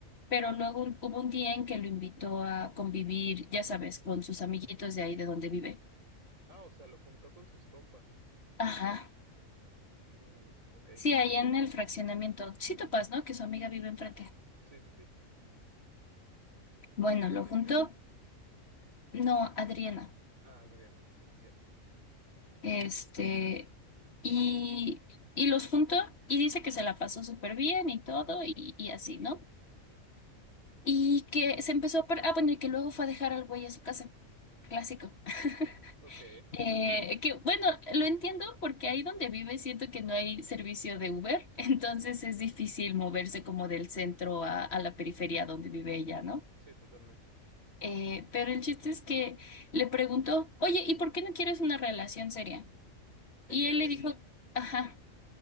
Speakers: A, on the left; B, on the right.
A: pero luego un- hubo un día en que lo invitó a convivir, ya sabes, con sus amiguitos de ahí de donde vive.
B: Ah, o sea, lo juntó con sus compas.
A: Ajá.
B: Mm, ok.
A: Sí, ahí en el fraccionamiento. Sí topas, ¿no? Que su amiga vive enfrente.
B: Sí, sí, sí.
A: Bueno,
B: Jimena.
A: lo juntó, no, Adriana.
B: Ah, Adriana, sí, cierto.
A: Este, y, y los juntó y dice que se la pasó súper bien y todo y, y así, ¿no? Y que se empezó a... par- Ah, bueno, y que luego fue a dejar al güey a su casa. Clásico. <laughs>
B: Ok,
A: Eh, que bueno, lo entiendo porque ahí donde vive siento que no hay servicio de Uber, <laughs> entonces es difícil moverse como del centro a, a la periferia donde vive ella, ¿no?
B: sí, totalmente.
A: Eh, pero el chiste es que le preguntó, oye, ¿y por qué no quieres una relación seria? Y
B: Ella,
A: él le
B: él.
A: dijo, ajá,